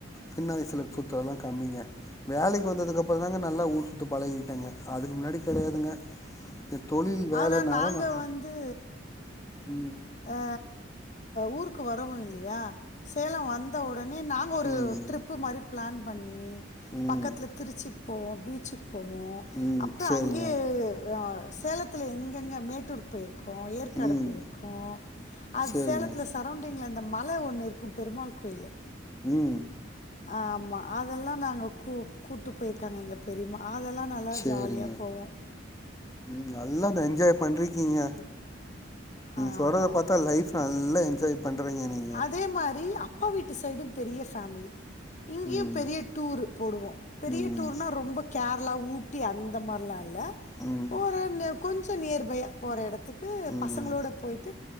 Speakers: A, on the left; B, on the left.
A: சின்ன வயசல சுத்தல்லா கம்மிங்க வேலைக்கு வந்ததுக்கு அப்பறதாங்க நல்லா ஊர் குத்து பழகிகிட்டேங்க அதுக்கு முன்னாடி கெடையாதுங்க என் தொழில் வேலைனால
B: ஆனால் நாங்கள்
A: நா
B: வந்து
A: ம்
B: அ ஊருக்கு வரவோ இல்லயா சேலம் வந்த உடனே நாங்க ஒரு
A: ம்
B: ட்ரிப்பு மாரி பிளான் பண்ணி
A: ம்
B: பக்கத்துல திருச்சிக்கு போவோம் பீச்சுக்கு போவோம்
A: ம்
B: அப்பற
A: சேரிங்க
B: அங்கயே சேலத்தில் எங்கெங்கே மேட்டூர் போய்ருக்கோ ஏற்காடு
A: ம்
B: போய்ருக்கோ அது
A: சேரிங்க
B: சேலத்தில சார் சரௌண்டிங்ல இந்த மல ஒன்னு இருக்கு பெருமாள் கோயிலு
A: ம்
B: ஆமா அதெல்லா நாங்க கூ கூட்டு போய்ருக்காங்க எங்க பெரிம்மா அதெல்லா நல்லா
A: சேரிங்க
B: ஜாலியா போவோ
A: ம் நல்லா த என்ஜாய் பண்றிக்கீங்க நீங்க
B: ஆமாம்
A: சொல்றத பாத்தா
B: ஆமாம்
A: லைஃப நல்லா எஞ்ஜாய் பண்றீங்க நீங்
B: அதே மாதிரி அப்பா வீட்டு சைடும் பெரிய ஃபேமிலி இங்கேயு
A: ம்
B: பெரிய டூரு போடுவோ பெரிய
A: ம்
B: டூர்னா ரொம்போ கேரளா ஊட்டி அந் இந்த மார்லா இல்ல
A: ம்
B: போறந்த கொஞ்சோ நியர்பை போற எடத்துக்கு
A: ம்
B: பசங்களோட போயி்ட்டு